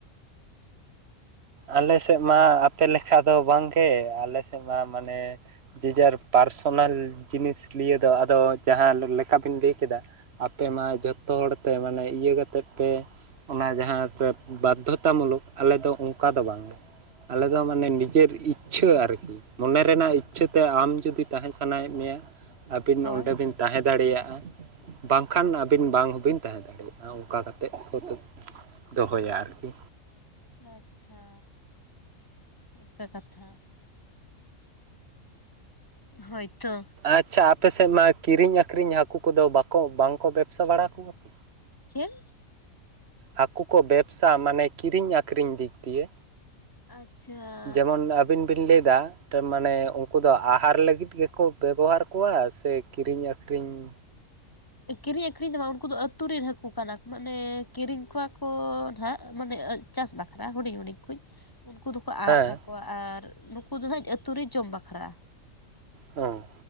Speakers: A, on the right; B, on the left.
A: ᱟᱞᱮ ᱥᱮᱫ ᱢᱟ ᱟᱯᱮ ᱞᱮᱠᱟ ᱫᱚ ᱵᱟᱝᱜᱮ, ᱟᱞᱮ ᱥᱮᱫ ᱢᱟ ᱢᱟᱱᱮ ᱡᱮᱡᱟᱨ ᱯᱟᱨᱥᱚᱱᱟᱞ ᱡᱤᱱᱤᱥ ᱱᱤᱭᱟᱹ ᱫᱚ ᱟᱫᱚ ᱡᱟᱦᱟᱸ ᱞᱮᱠᱟᱵᱤᱱ ᱞᱟᱹᱭ ᱠᱮᱫᱟ ᱟᱯᱮ ᱢᱟ ᱡᱷᱚᱛᱚ ᱦᱚᱲᱛᱮ ᱢᱟᱱᱮ ᱤᱭᱟᱹ ᱠᱟᱛᱮᱫ ᱯᱮ ᱚᱱᱟ ᱡᱟᱦᱟᱸᱯᱮ ᱵᱟᱫᱽᱫᱷᱚᱛᱟ ᱢᱩᱞᱚᱠ ᱟᱞᱮ ᱫᱚ ᱚᱱᱠᱟ ᱫᱚ ᱵᱟᱝᱜᱮ᱾ ᱟᱞᱮ ᱫᱚ ᱢᱟᱱᱮ ᱱᱤᱡᱮᱨ ᱤᱪᱪᱷᱟᱹ ᱟᱨᱠᱤ᱾ ᱢᱚᱱᱮ ᱨᱮᱱᱟᱜ ᱤᱪᱪᱷᱟᱹ ᱛᱮ ᱟᱢ ᱡᱩᱫᱤ ᱛᱟᱦᱮᱸ ᱥᱟᱱᱟᱭᱮᱫ ᱢᱮᱭᱟ ᱟᱹᱵᱤᱱ
B: ᱦᱳᱭ
A: ᱚᱸᱰᱮ ᱵᱤᱱ ᱛᱟᱦᱮᱸ ᱫᱟᱲᱮᱭᱟᱜᱼᱟ, ᱵᱟᱝᱠᱷᱟᱱ ᱟᱹᱵᱤᱱ ᱵᱟᱝ ᱦᱚᱸᱵᱤᱱ ᱛᱟᱦᱮᱸ ᱫᱟᱲᱮᱭᱟᱜᱼᱟ ᱚᱱᱠᱟ ᱠᱟᱛᱮᱫ <inaudible> ᱫᱚᱦᱚᱭᱟ ᱟᱨᱠᱤ᱾
B: ᱟᱪᱪᱷᱟ᱾ ᱚᱱᱠᱟ ᱠᱟᱛᱷᱟ, ᱦᱳᱭᱛᱚ᱾
A: ᱟᱪᱪᱷᱟ ᱟᱯᱮ ᱥᱮᱫ ᱢᱟ ᱠᱤᱨᱤᱧ ᱟᱠᱷᱨᱤᱧ ᱦᱟᱹᱠᱩ ᱠᱚᱫᱚ ᱵᱟᱠᱚ ᱵᱟᱝᱠᱚ ᱵᱮᱵᱽᱥᱟ ᱵᱟᱲᱟ ᱠᱚᱣᱟ ᱠᱤ?
B: ᱪᱮᱫ?
A: ᱦᱟᱹᱠᱩ ᱠᱚ ᱵᱮᱵᱥᱟ ᱢᱟᱱᱮ ᱠᱤᱨᱤᱧ ᱟᱠᱷᱨᱤᱧ ᱫᱤᱠ ᱫᱤᱭᱟᱹ᱾
B: ᱟᱪᱪᱷᱟ᱾
A: ᱡᱮᱢᱚᱱ ᱟᱹᱵᱤᱱ ᱵᱤᱱ ᱞᱮᱭ ᱫᱟ ᱴᱟᱝ ᱢᱟᱱᱮ ᱩᱱᱠᱩ ᱫᱚ ᱟᱦᱟᱨ ᱞᱟᱹᱜᱤᱫ ᱜᱮᱠᱚ ᱵᱮᱵᱚᱦᱟᱨ ᱠᱚᱣᱟ ᱥᱮ ᱠᱤᱨᱤᱧ ᱟᱠᱷᱨᱤᱧ?
B: ᱠᱤᱨᱤᱧ ᱟᱹᱠᱷᱨᱤᱧ ᱫᱚ ᱵᱟᱝ ᱩᱱᱠᱩ ᱫᱚ ᱟᱹᱛᱩ ᱨᱮᱱ ᱦᱟᱹᱠᱩ ᱠᱟᱱᱟᱠ ᱢᱟᱱᱮ ᱠᱤᱨᱤᱧ ᱠᱚᱣᱟ ᱠᱚ ᱱᱟᱦᱟᱜ ᱢᱟᱱᱮ ᱪᱟᱥ ᱵᱟᱠᱷᱨᱟ ᱦᱤᱲᱤᱧ ᱦᱩᱰᱤᱧ ᱠᱩᱧ᱾ ᱩᱱᱠᱩ ᱫᱚᱠᱚ ᱟᱲᱟᱜ
A: ᱦᱮᱸ
B: ᱠᱟᱠᱚᱣᱟ ᱟᱨ ᱱᱩᱠᱩ ᱫᱚ ᱦᱟᱸᱜ ᱟᱹᱛᱩ ᱨᱮ ᱡᱚᱢ ᱵᱟᱠᱷᱨᱟ᱾
A: ᱚ᱾